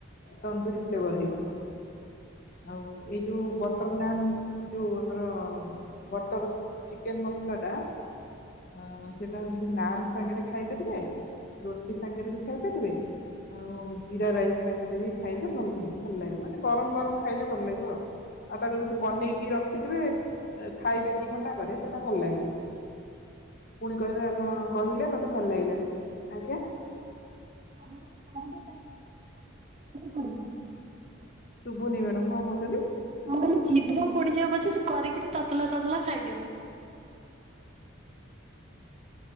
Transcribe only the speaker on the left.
ତନ୍ଦୁରୀ ଫ୍ଲେଭର୍ ହେଇଯିବ। ଆଉ ଏଇ ଯୋଉ ବଟ୍ ବଟର୍ ନାନ୍ ଯଉ, ଆମର ବଟର୍ ଚିକେନ୍ ମସଲାଟା ଆଁ ସେଟା ହଉଛି ନାନ୍ ସାଙ୍ଗରେ ଖାଇପାରିବେ ରୁଟି ସାଙ୍ଗରେ ବି ଖାଇପାରିବେ, ଆଉ ଜିରା ରାଇସ୍ ସାଙ୍ଗରେ ବି ଖାଇଲେ ଭଲ ଭଲ ଲାଗିବ। ମାନେ, ଗରମ ଗରମ ଖାଇଲେ ଭଲ ଲାଗିବ ଆଉ। ଆଉ ତାକୁ ଯଦି ବନେଇକି ରଖିଦେବେ। ଖାଇବେ ଦି ଘଣ୍ଟା ପରେ ସେଟା ଭଲ ଲାଗିବନି। ପୁଣି କହିବେ। ଆପଣ କହିଲେ, ମତେ ଭଲ ଲାଗିଲାନି। ଆଜ୍ଞା
ସୁବୁନି ମ୍ୟାଡ଼ାମ୍। କଣ କହୁଛନ୍ତି?